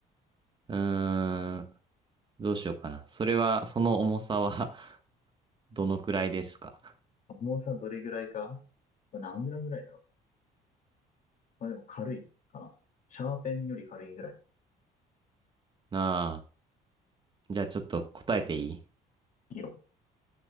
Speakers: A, on the right; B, on the left.
A: うーん。どうしようかな。それは、その重さは <laughs> どのくらいですか
B: 重さどれぐらいかこれ何グラムぐらいだろう。まあでも軽いかな。シャーペンより軽いぐらい。
A: ああ。じゃあちょっと答えていい
B: 色い